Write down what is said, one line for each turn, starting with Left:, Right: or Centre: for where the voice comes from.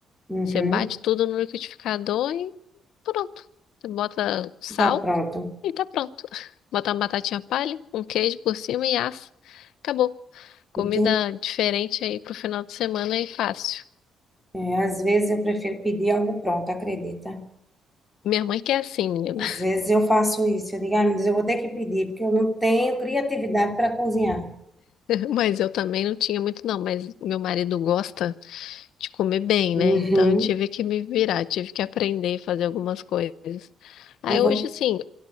Centre: uhum.
Left: Você bate tudo no liquidificador e pronto. Você bota sal
Centre: Tá pronto.
Left: e tá pronto. <laughs> Bota uma batatinha palha, um queijo por cima e assa. Acabou. Comida
Centre: Entendi.
Left: diferente aí pro final de semana e fácil.
Centre: É, às vezes eu prefiro pedir algo pronto, acredita?
Left: Minha mãe que é assim, menina.
Centre: Às vezes eu faço isso. Eu digo, ai, meu Deus, eu vou ter que pedir, porque eu não tenho criatividade para cozinhar.
Left: Mas eu também não tinha muito, não. Mas meu marido gosta de comer bem,
Centre: Uhum.
Left: né? Então eu tive que me virar, tive que aprender a fazer algumas coisas. Aí
Centre: E vou.
Left: hoje, assim,